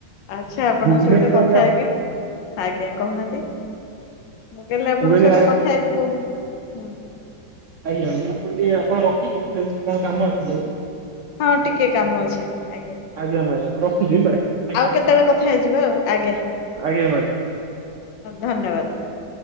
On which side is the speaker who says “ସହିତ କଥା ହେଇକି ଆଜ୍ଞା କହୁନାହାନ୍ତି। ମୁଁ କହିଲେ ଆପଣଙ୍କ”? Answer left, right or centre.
Left